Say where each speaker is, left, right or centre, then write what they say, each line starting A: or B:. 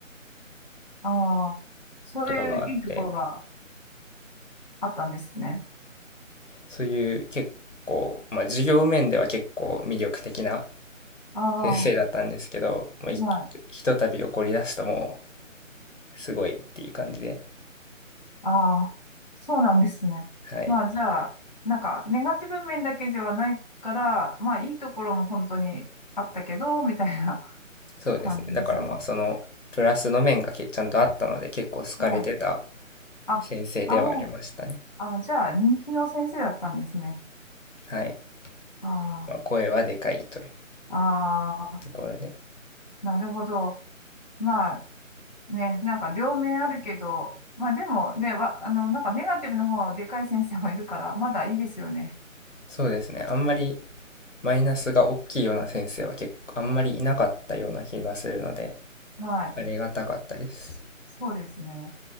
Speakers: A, on the left; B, on the left.
A: ああ、そういういいところが
B: とかがあって
A: あったんですね。
B: そういう結構、まあ、授業面では結構魅力的な
A: ああ、
B: 先生だったんですけど、
A: は
B: もういひとたび怒り出すとも
A: い。
B: うすごいっていう感じで、
A: ああ、そうなんですね。
B: はい、
A: まあ、じゃあ、なんか、ネガティブ面だけではないから、まあ、いいところも本当にあったけど、みたいな
B: そうですねだからまあそのプラスの面がけちゃんとあったので結構好かれてた
A: <laughs> 感じですよね。はい。あ、
B: 先生ではありましたね
A: あの、あ、じゃあ、人気の先生だったんですね。
B: はい、
A: あ
B: まあ、声はでかいという
A: あ、ああ、
B: ところで。
A: なるほど。まあ、ね、なんか両面あるけど、まあでもね、わ、あの、なんかネガティブの方はでかい先生もいるから、まだいいですよね。
B: そうですね。あんまりマイナスが大きいような先生は結構あんまりいなかったような気がするので、
A: はい。
B: ありがたかったです。
A: そうですね。